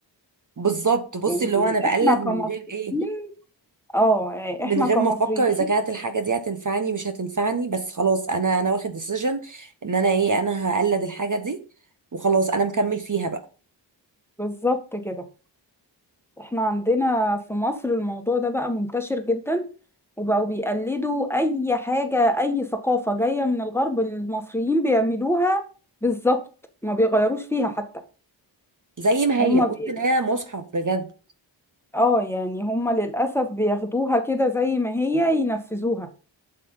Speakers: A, on the right; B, in the centre.
A: بالظبط بصي
B: يعني
A: اللي هو انا بقلد
B: احنا كمصريين
A: من غير ايه
B: اه يعني
A: من
B: احنا
A: غير
B: كمصريين
A: ما افكر اذا كانت الحاجه دي هتنفعني مش هتنفعني بس خلاص انا انا واخد ديسيجن ان انا ايه انا هقلد الحاجه دي وخلاص انا مكمل فيها بقى
B: بالظبط كده احنا عندنا في مصر الموضوع ده بقى منتشر جدا وبقوا بيقلدوا اي حاجة اي ثقافة جاية من الغرب المصريين بيعملوها بالظبط ما بيغيروش فيها حتى
A: زي ما
B: هم
A: هي بصي
B: بي...
A: اللي هي مصحف بجد
B: اه يعني هم للأسف بياخدوها كده زي ما هي ينفذوها